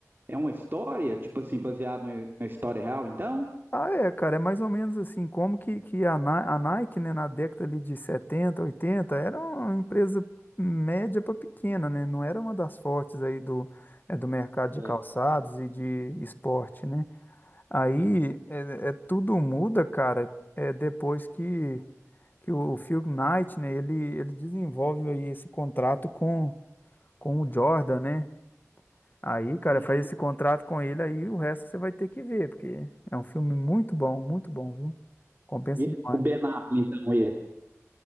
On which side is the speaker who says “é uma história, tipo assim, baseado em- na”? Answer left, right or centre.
Right